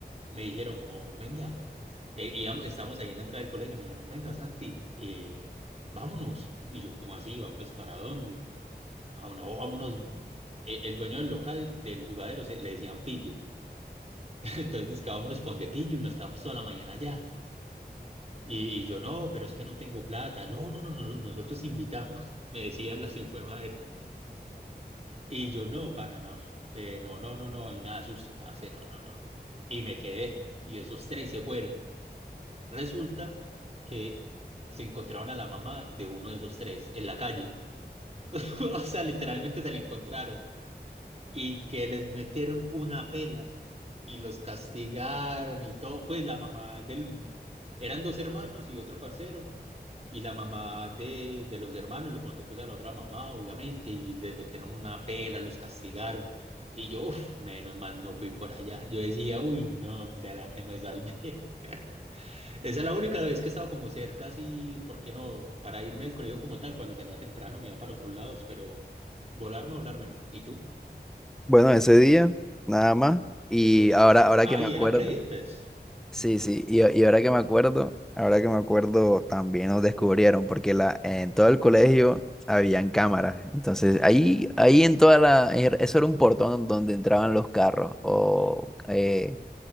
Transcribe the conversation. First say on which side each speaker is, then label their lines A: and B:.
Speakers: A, on the right; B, in the centre.
A: me dijeron como, venga, eh, íbamos- estábamos ahí en la entrada del colegio y me dijeron, venga, Santi, eh, vámonos. Y yo, como así? ¿Vámonos para dónde? a uno- vámonos. eh, el dueño del local, del jugadero, se, le decían pillo. <laughs> Entonces dice que vámonos pa' donde pillo y nos quedamos toda la mañana allá. Y, y yo no, pero es que no tengo plata. No, no, no, no, no, nosotros invitamos. <laughs> Me decían así fue madre. Y yo no, pana, no. Eh, no, no, no, no, ahí me asusto, parce, no, no, no. Y me quedé. Y esos tres se fueron. Resulta que se encontraron a la mamá de uno de esos tres en la calle. <laughs> O sea, literalmente se la encontraron. y que les metieron una pela y los castigaron y todo. Pues la mamá del... Eran dos hermanos y otro parcero. Y la mamá de, de los hermanos le contó pues a la otra mamá, obviamente, y les metieron una pela, los castigaron. Y yo, uf, menos mal no fui por allá. Yo decía, uy, no, de la que me salvé. <laughs> Esa es la única vez que he estado como cerca, así, ¿por qué no? Para irme del colegio como tal, cuando salía temprano me iba para otros lados, pero volarme, volarme no. ¿Y tú?
B: Bueno, ese día, nada más. Y
A: Ese día.
B: ahora, ahora
A: Ay,
B: que me acuerdo,
A: era pre-IFES.
B: sí, sí, y, y ahora que me acuerdo, ahora que me acuerdo, también nos descubrieron, porque la, en todo el colegio habían cámaras. Entonces, ahí, ahí en toda la, er- eso era un portón donde entraban los carros o eh,